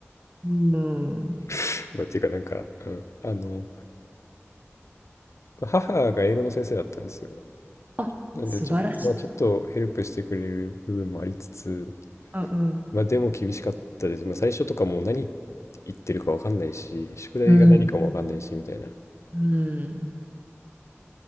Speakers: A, on the right (about 35°); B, on the left (about 85°).
A: うん
B: <laughs> まあ、っていうかなんか、うん、あの、母が英語の先生だったんですよ。
A: あ、
B: なんでちょっと、
A: 素晴らしい。
B: まあ、ちょっとヘルプしてくれる部分もありつつ、
A: うん
B: まあでも厳しかったです。まあ最初とかもう何言ってるかわかんないし、宿題が何かもわかんないしみたいな。
A: うん。うん。うん。